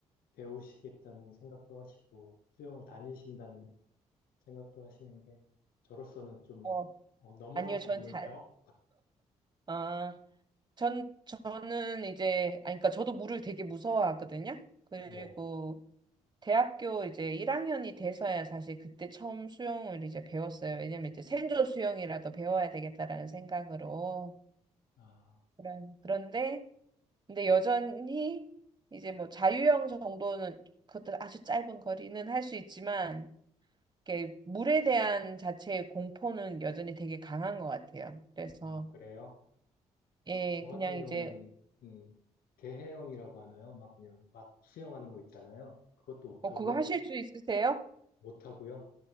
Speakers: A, on the left; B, on the right.
A: 배우시겠다는 생각도 하시고, 수영을 다니신다는 생각도 하시는 게, 저로서는 좀
B: 어,
A: 어, 넘어갈
B: 아니요,
A: 수
B: 전
A: 없는
B: 잘,
A: 벽?
B: 아, 전, 저는 이제, 아니, 그러니까 저도 물을 되게 무서워하거든요. 그리고
A: 네.
B: 대학교 이제 1학년이 돼서야 사실 그때 처음 수영을 이제 배웠어요. 왜냐면 이제 생존 수영이라도 배워야 되겠다라는 생각으로.
A: 아,
B: 그런, 그런데, 근데 여전히 이제 뭐 자유형 정도는 그것도 아주 짧은 거리는 할 수 있지만, 이렇게 물에 대한 자체의 공포는 여전히 되게 강한 것 같아요. 그래서,
A: 아, 그래요?
B: 예,
A: 저 같은
B: 그냥
A: 경우는,
B: 이제,
A: 음, 개헤엄이라고 하나요? 막 그냥 막 수영하는 거 있잖아요. 그것도 못하고요.
B: 어, 그거 하실 수 있으세요?
A: 못하고요.